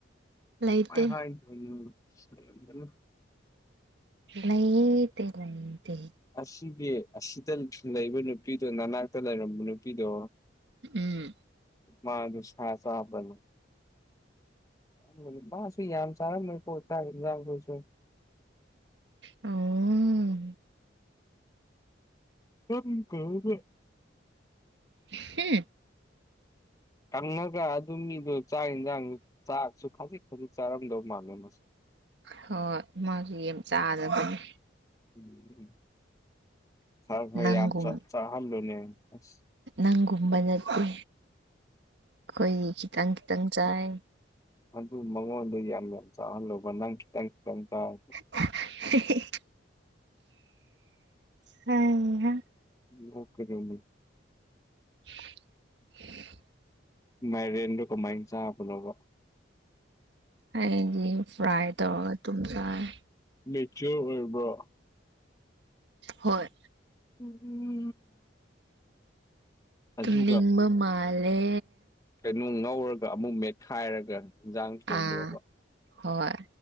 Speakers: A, on the right; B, on the left.
A: ꯂꯩꯇꯦ
B: ꯀꯃꯥꯏ ꯍꯥꯏꯗꯣꯏꯅꯣ ꯀꯔꯝꯕꯥꯅꯣ
A: ꯂꯩꯇꯦ ꯂꯩꯇꯦ
B: ꯑꯁꯤꯒꯤ ꯑꯁꯤꯗ ꯂꯩꯕ ꯅꯨꯄꯤꯗꯣ ꯅꯅꯥꯛꯇ ꯂꯩꯔꯝꯕ ꯅꯨꯄꯤꯗꯣ
A: ꯎꯝ
B: ꯃꯥꯗꯨ ꯁꯥ ꯆꯕꯔꯥ ꯑꯗꯨꯒꯥ ꯅꯨꯄꯥꯁꯨ ꯌꯥꯝ ꯆꯥꯔꯝꯃꯣꯏꯀꯣ ꯆꯥꯛ ꯏꯟꯁꯥꯡꯗꯨꯁꯨ
A: ꯎꯝ
B: <unintelligible>
A: ꯍꯨꯝ
B: ꯀꯪꯉꯥꯒ ꯑꯗꯨꯃꯤꯗꯣ ꯆꯥꯛ ꯌꯦꯟꯁꯥꯡꯁꯨ ꯆꯥꯛꯁꯨ ꯈꯥꯖꯤꯛ ꯈꯥꯖꯤꯛ ꯆꯥꯔꯝꯗꯧ ꯃꯥꯜꯂꯦ ꯃꯥꯁꯨ
A: ꯍꯣꯏ ꯃꯥꯁꯨ ꯌꯥꯝ ꯆꯥꯗꯕꯅꯦ
B: <unintelligible> ꯈꯔ ꯈꯔ
A: ꯅꯪꯒꯨꯝ
B: ꯌꯥꯝ ꯆꯥꯍꯜꯂꯨꯅꯦ ꯑꯁ
A: ꯅꯪꯒꯨꯝꯕ ꯅꯠꯇꯦ ꯑꯈꯣꯏꯗꯤ ꯈꯤꯇꯪ ꯈꯤꯇꯪ ꯆꯥꯏ
B: ꯑꯗꯨ ꯃꯉꯣꯟꯗꯥꯗꯤ ꯌꯥꯝ ꯌꯥꯝ ꯆꯥꯍꯟꯂꯣꯕꯥ ꯅꯪ ꯈꯤꯇꯪ ꯈꯤꯇꯪ ꯆꯥꯎ
A: <unintelligible> <unintelligible>
B: <unintelligible>
A: <unintelligible>
B: ꯃꯥꯏꯔꯦꯟꯗꯣ ꯀꯃꯥꯏꯅ ꯆꯥꯕꯅꯣꯕ
A: ꯑꯩꯗꯤ ꯐ꯭ꯔꯥꯏ ꯇꯧꯔꯒ ꯑꯗꯨꯝ ꯆꯥꯏ
B: ꯃꯦꯆꯣꯔ ꯑꯣꯏꯔꯕ꯭ꯔꯣ
A: ꯍꯣꯏ
B: ꯎꯝ ꯎꯝ ꯑꯗꯨꯒ
A: ꯅꯤꯡꯕ ꯃꯥꯂꯦ
B: ꯀꯩꯅꯣ ꯉꯧꯔꯒ ꯑꯃꯨꯛ ꯃꯦꯠꯈꯥꯏꯔꯒ ꯌꯦꯟꯖꯥꯡ ꯊꯣꯡꯗ꯭ꯔꯣꯕ
A: ꯑꯥ ꯍꯣꯏ